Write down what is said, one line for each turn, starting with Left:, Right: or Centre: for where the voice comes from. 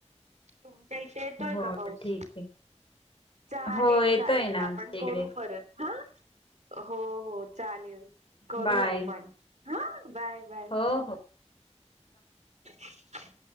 Right: तुमच्या इथे येतोय
Left: हो
Right: का पाऊस?
Left: ठीक आहे.
Right: चालेल!
Left: हो येतोय
Right: चालेल!
Left: ना
Right: आपण
Left: आमच्या इकडे.
Right: करू परत. हा हो हो चालेल. करू
Left: बाय.
Right: आपण हा बाय बाय.
Left: हो हो.
Right: <unintelligible>